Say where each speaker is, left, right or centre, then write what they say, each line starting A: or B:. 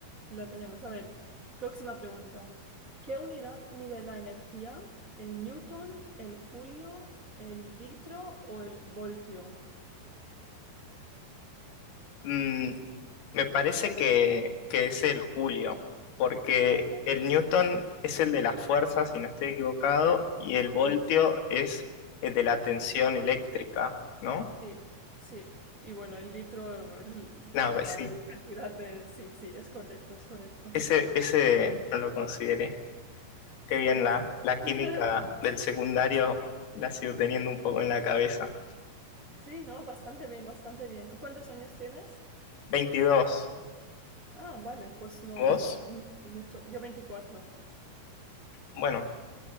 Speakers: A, on the right; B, on the left.
A: Lo tenemos. A ver, próxima pregunta. ¿Qué unidad mide la energía? ¿El newton, el julio, el litro o el voltio?
B: Mm, me parece que, que es el julio, porque
A: Ah,
B: el Newton es el de las fuerzas, si no estoy equivocado, y el
A: sí,
B: voltio es el de la tensión eléctrica, ¿no?
A: sí, sí. Y bueno, el litro, el-
B: No, pues
A: la,
B: sí.
A: la cantidad de... Sí, sí, es correcto, es correcto.
B: Ese, ese no lo consideré. Qué
A: Sí,
B: bien la,
A: sí.
B: la química
A: <laughs>
B: del secundario la sigo teniendo un poco en la cabeza.
A: Sí, ¿no? Bastante bien, bastante bien. ¿Tú cuántos años tienes?
B: Veintidós,
A: Ah, vale, pues no,
B: ¿Vos?
A: no mucho. Yo 24,
B: Bueno,